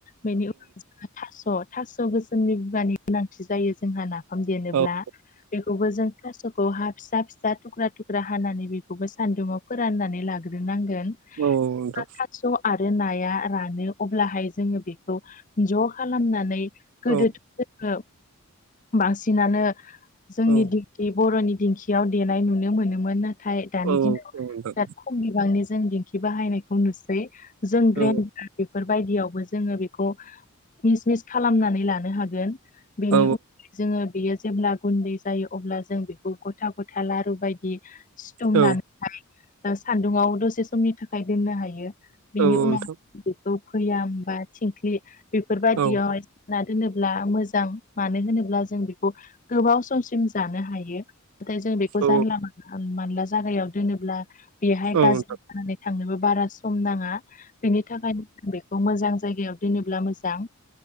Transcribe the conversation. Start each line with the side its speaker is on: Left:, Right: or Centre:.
Left: बेनि उनाव जोंहा थास' थास' गोसोमनि बिगानि गोनांथि जायो जोंहा ना फाम देनोब्ला
Right: औ
Left: बेखौबो जों थास'खौ हा फिसा फिसा थुख्रा थुख्रा हानानै बेखौबो सान्दुुंआव फोराननानै लाग्रोनांगोन
Right: औ नोंथां
Left: ना थास' आरो नाया रानो अब्लाहाय जोङो बेखौ ज' खालामनानै गोदोथ'
Right: औ
Left: ओ बांसिनानो जोंनिदि
Right: औ
Left: खि बर'नि दिंखियाव देनाय नुनो मोनोमोन ना थाय दानि
Right: औ
Left: दिनाव
Right: औ
Left: बिराद
Right: नोंथां
Left: खम बिबांनि जों दिंखि बाहायनायखौ नुसै जों
Right: औ
Left: ग्रेन्ड बेफोरबायदियावबो जोङो बेखौ मिसमिस खालामनानै लानो हागोन बेनि
Right: औ
Left: उन जोङो बेयो जेब्ला गुन्दै जायो अब्ला जों बेखौ गथा गथा लारु बायदि सिथुमनानैहाय
Right: औ
Left: सान्दुंआव दसे समनि थाखाय दोननो हायो बेनि
Right: औ नोंथां
Left: उनाव बेखौ फैयाम बा थिंख्लि बेफोरबायाददियावहाय
Right: औ
Left: ना दोनोब्ला मोजां मानो होनोब्ला जों बेखौ गोबाव समसिम जानो हायो नाथाय जों बेखौ
Right: औ
Left: जानला मानला जागायाव दोनोब्ला बेहाय
Right: औ
Left: गाज्रि
Right: नोंथां
Left: जानानै थांनोबो बारा सम नाङा बेनि थाखायनो जों बेखौ मोजां जायगायाव दोनोब्ला मोजां